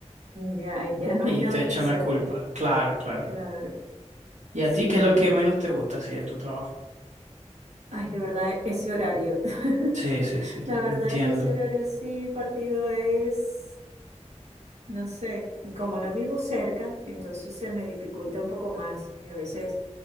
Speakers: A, on the right; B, on the right.
A: Ya, ya no
B: y
A: hay nada
B: te echan
A: que hacer.
B: la culpa. Claro, claro.
A: Claro,
B: ¿Y a
A: sí.
B: ti qué es lo que menos te gusta así de tu trabajo?
A: Ay, de verdad, ese horario. <laughs>
B: Sí, sí, sí,
A: La verdad
B: entiendo.
A: es que ese horario así partido es... No sé, y como no vivo cerca, entonces se me dificulta un poco más. Y a veces